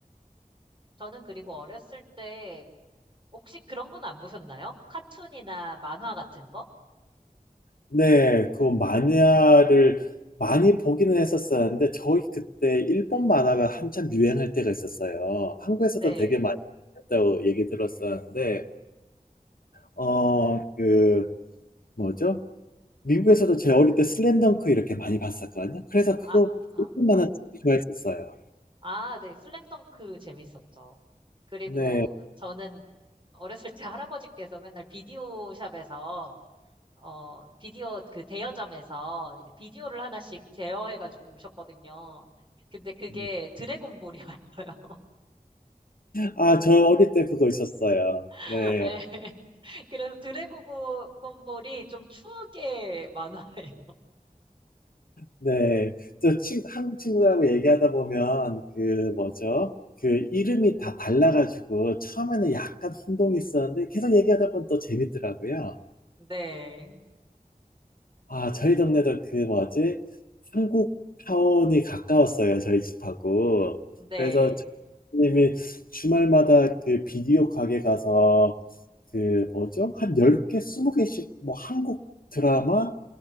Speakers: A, on the right (about 35°); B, on the left (about 75°).
A: 저는 그리고 어렸을 때 혹시 그런 건 안 보셨나요? 카툰이나 만화 같은 거?
B: 네, 그 만화를 많이 보기는 했었었는데, 저희 그때 일본 만화가 한참 유행할 때가 있었어요. 한국에서도
A: 네.
B: 되게 많이 했다고 얘기 들었었는데, 어, 그, 뭐죠? 미국에서도 제 어릴 때 슬램덩크 이렇게 많이 봤었거든요. 그래서
A: 아,
B: 그거
A: 아,
B: 일본 만화 되게 좋아했었어요.
A: 아, 네. 슬램덩크 재밌었죠. 그리고
B: 네.
A: 저는 어렸을 때 <laughs> 할아버지께서 맨날 비디오 샵에서 어, 비디오 그 대여점에서 이제 비디오를 하나씩 제어해가지고 오셨거든요. 근데 그게
B: 음.
A: 드래곤볼이었어요.
B: 아, 저 어릴 때 그거 있었어요.
A: <laughs>
B: 네.
A: 네. 그래서 드래곤볼이 좀 추억의 만화예요.
B: 네, 저 친, 한국 친구들하고 얘기하다 보면 그 뭐죠? 그 이름이 다 달라가지고 처음에는 약간 혼동이 있었는데 계속 얘기하다 보면 또 재밌더라고요.
A: 네.
B: 아, 저희 동네도 그 뭐지? 한국 타운이 가까웠어요, 저희 집하고.
A: 네.
B: 그래서 님이 주말마다 그 비디오 가게 가서 그 뭐죠? 한 10개, 20개씩 뭐 한국 드라마,